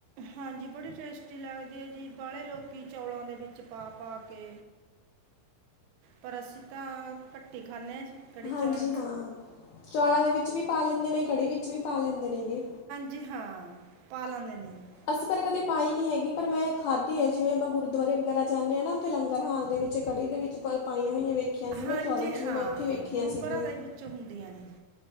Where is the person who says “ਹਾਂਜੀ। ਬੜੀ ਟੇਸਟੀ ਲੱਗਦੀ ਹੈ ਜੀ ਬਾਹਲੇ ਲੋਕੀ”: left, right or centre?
Right